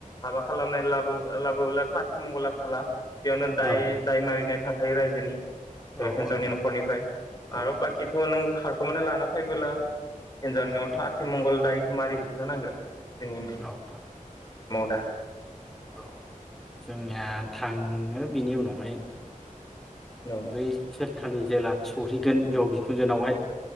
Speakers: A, on the left; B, in the centre.
A: हाबा खालामनाय लाबो लाबोला आथि मंगला थाला बेयावनो
B: औ
A: दाय
B: नोंथां
A: दाय मारिनाय थांख खायो रायजोनि ओ
B: औ
A: हिन्जावनि
B: औ नोंथां
A: न'खरनिफ्राय
B: औ
A: आरो बाखिथ' नों खारखुनानै लाना फैबोला हिन्जावनि नआवथ'
B: नोंथां
A: आथिमंगल दायक मारै हैथारनांगोन
B: औ नोंथां।
A: <unintelligible> <unintelligible>
B: औ जोंनिया थाङो बेनि उनावहाय
A: औ
B: बेै खालि जेला थिहैगोन बिहाव बिखुनजोनावहाय